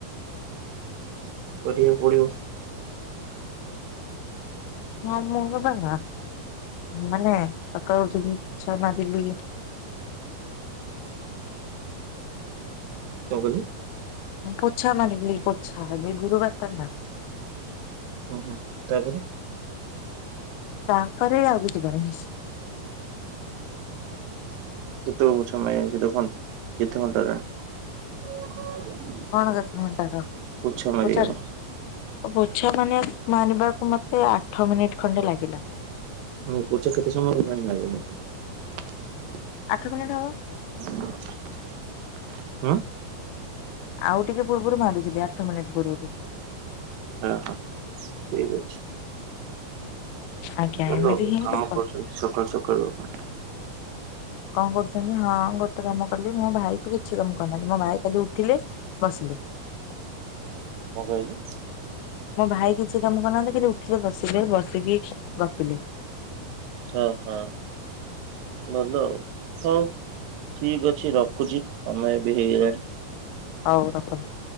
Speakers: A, on the right; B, on the left.
A: କରିବାକୁ ପଡିବ।
B: ହଁ, ମୋର ବା ନାଁ ମାନେ ସକାଳୁ ଉଠିଲି ପୋଛା ମାରିଲି।
A: ତ ଗଲେଣି।
B: ମୁଁ ପୋଛା ମାରିଲି ପୋଛା ଆଜି ଗୁରୁବାରଟା ନା।
A: ହୁଁ- ହୁଁ - ତାପରେ
B: ତାପରେ ଆଉ ଏ ବାଉନ୍ସ୍
A: କେତେ ଉଛନ ହେଇଯାଉଚି ଦେଖନ୍ ସମ କେତେ ଘଣ୍ଟା ହେଲାଣି?
B: କଣ କେତେ ଘଣ୍ଟା ର
A: ପୋଛା ମାରିବାକୁ?
B: ପୋଛାର? ପୋଛା ମାନେ ଆଜି ମାନିବା ମତେ ଆଠ ମିନିଟ୍ ଖଣ୍ଡେ ଲାଗିଲା।
A: ମୁଁ ପୋଛା କେତେ ସମୟ ଦେଇଥିଲି ଆଣିକି ମାରିବା ପାଇଁ
B: ଆଠ ମିନିଟ୍ ହବ।
A: <unintelligible> ଉଁ।
B: ଆଉ ଟିକେ ପୂର୍ବରୁ ମାଗୁଥିଲି, ଆଠ ମିନିଟ୍ ପୂର୍ବରୁ।
A: ଆହା ଠିକ୍ ଅଛି।
B: ଆଜ୍ଞା
A: କଣ
B: ଏମିତି
A: ନ
B: ହିଁ
A: କାମ୍
B: ମୁଁ
A: କରୁଛନ୍ତି ସକାଳୁ ସକାଳୁ ପାଇଁ।
B: କଣ କରୁଛନ୍ତି। ହଁ ଗୋଟେ କାମ କଲି ମୋ ଭାଇକୁ ବି କିଛି କାମ କରିନାହାନ୍ତି ମୋ ଭାଇ କାଲି ଉଠିଲେ ବସିଲେ।
A: କଁ କହିଲେ?
B: ମୋ ଭାଇ କିଛି କାମ କରୁନାହାନ୍ତି ଖାଲି ଉଠିଲେ ବସିଲେ ବସିକି ଗପିଲେ।
A: ଅ ହଁ ଭଲ ଆଉ ହଉ। ଠିକ୍ ଅଛି ରଖୁଚି। ସମୟ ବି ହେଇଗଲାଣି।
B: ହଉ ରଖନ୍ତୁ।